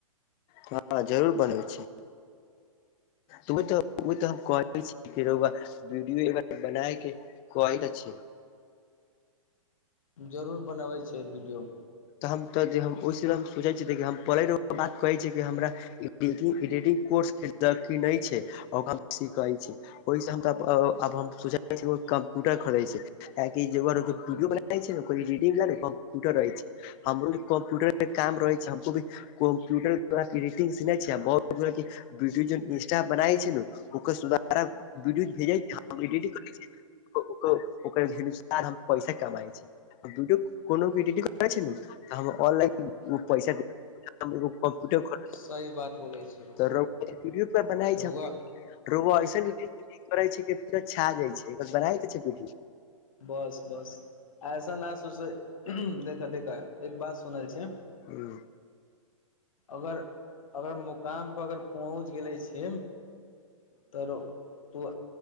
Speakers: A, on the left (about 30°); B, on the left (about 75°).
A: हँ जरूर बनबै छी। तु तऽ ओ तऽ हम कहै छीय की रौआ वीडियो बनाय के कहै त छियै।
B: जरूर बनबै छै वीडियो।
A: तऽ हम तऽ हम ओहि सम हम सोचै छियै देख हम पढ़ै रह ओ बात कहै छियै कि हमरा एडिटिंग कोर्स की नहि छै ओकरा सीखै छी। ओहिसँ हम तऽ आब हम सोचै छी ओ कम्प्यूटर खरै छै। एक ई जगर भीडियो बनै छै ओ रडिंग ब कम्पटर रहै छै। हमरो भी कम्प्यूटर के काम रहै छै हमको भी कम्प्यूटर पल्स एडिटिंग सीने छै बहुत तरह कि वीडियो जे इंस्टा बनाय छै नु ओकर सुधारब वडियो भेजत एडिटि करै छै न। ओ ओकर हिन्सटाग्राम पैसा कमाइ छै। कोनो एडिटि करे छै नु त हम ऑनलाइन पैसा दे ए कम्प्यूटर खोल
B: सही बात बोलै छै रौआ
A: त रूट्य पर बनाय
B: रौआ
A: छै। रो ऐसन करै छै छा जाइ छै बना द छै पीदी।
B: बस बस ऐसन नहि सोच देखऽ देखऽ एक बात सुनल छिय।
A: हूं।
B: अगर अगर मुकामपर अगर पहुँच गेलै छी। तोरो त